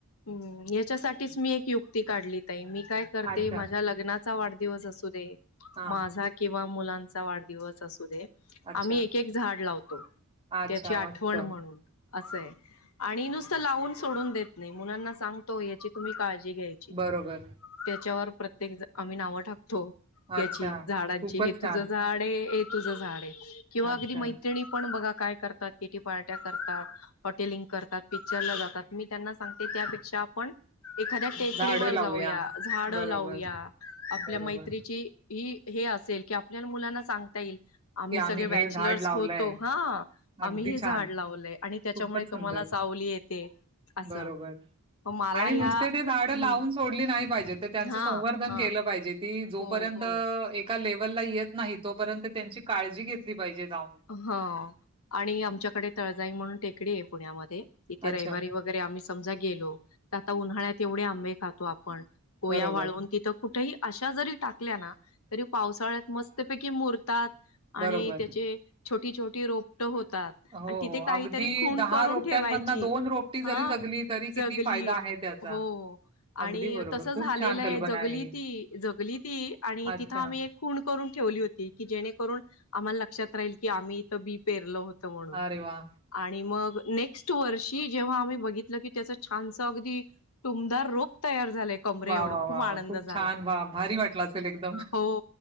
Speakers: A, on the left; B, on the right.
A: हम्म याच्यासाठीच मी एक युक्ती काढली ताई आहे मी काय करते
B: अच्छा
A: माझ्या लग्नात वाढदिवस असू दे
B: हा
A: माझा किंवा मुलांचा वाढदिवस असू दे
B: अच्छा
A: आम्ही एक- एक झाड लावतो
B: अच्छा
A: त्याची आठवण
B: मस्त
A: म्हणून असंय आणि नुसतं लावून सोडून देत नाही मुलांना सांगतो याची तुम्ही काळजी घ्यायची.
B: बरोबर!
A: त्याच्यावर प्रत्येक आम्ही नावं टाकतो. याची
B: अच्छा
A: झाडांची
B: खूपच
A: हे तुझ
B: छान
A: झाड ये हे तुझं झाड ये. किंवा
B: अच्छा
A: अगदी मैत्रिणी पण बघा काय करतात? किती पार्ट्या करतात हॉटेलिंग करतात पिक्चरला जातात मी त्यांना सांगते त्यापेक्षा आपण एखाद्या टेकडीवर
B: झाडं लावूया
A: जाऊया झाडं
B: बरोबर
A: लावूया आपल्या
B: बरोबर
A: मैत्रीची ही हे असेल की आपल्या मुलांना सांगता येईल आम्ही
B: की
A: सगळे बॅचलर्स
B: हे झाड लावलंय
A: होतो हा, आम्ही
B: अगदी
A: हे झाड
B: छान
A: लावलय. आणि त्याच्यामुळे
B: खूपच सुंदर
A: तुम्हाला सावली येते. असं
B: बरोबर,
A: मला
B: आणि
A: ह्या
B: नुसते ते झाड
A: हम्म
B: लावून सोडली नाही पाहिजे तर त्यांच
A: हा
B: संवर्धन
A: हा
B: केलं पाहिजे ती जोपर्यंत
A: हो हो
B: एका लेव्हलला येत नाही तोपर्यंत त्यांची काळजी घेतली पाहिजे जाऊन.
A: ह आणि आमच्याकडे तळजाई म्हणून टेकडी आहे पुण्यामध्ये तिथे
B: अच्छा,
A: रविवारी वगैर समजा गेलो आता उन्हाळतवढे आबे खातो आपण कोया
B: बरोबर.
A: वळवून तिथं कुठेही अशा जरी टाकल्या ना तरी पावसाळ्यात मस्तपैकी मोरतात
B: बरोबर.
A: आणि त्याचे छोटी छोटी रोपट होतात.
B: हो,
A: आणि तिथे
B: हो.
A: काहीतरी
B: अगदी
A: खुन करून
B: रोपट्यांमधनं
A: ठेवायची
B: रोपटी जरी
A: हा
B: जगली, तरी
A: जगली
B: किती फायदा आहे त्याचा.
A: हो आणि
B: अगदी बरोबर.
A: तसं
B: खूप
A: झा झालेलं
B: छान
A: आहे
B: कल्पना
A: जगली
B: ही.
A: ती जगली ती आणि
B: अच्छा.
A: तिथं आम्ही एक खून करून ठेवली होती की जेणेकरून आम्हाला लक्षात राहील. की आम्ही इथं बी पेरलो होतं म्हणून.
B: अरे वाह!
A: आणि मग नेक्स्ट वर्षी जेव्हा आम्ही बघितलं की त्याच छानस अगदी तुमदार रोप तयार झालय. कमरे
B: वाह,
A: एवढ
B: वाह,
A: खूप
B: वाह,
A: आनंद
B: वाह!
A: झाला
B: छान. वाह! भारी वाटलं असेल एकदम.
A: हो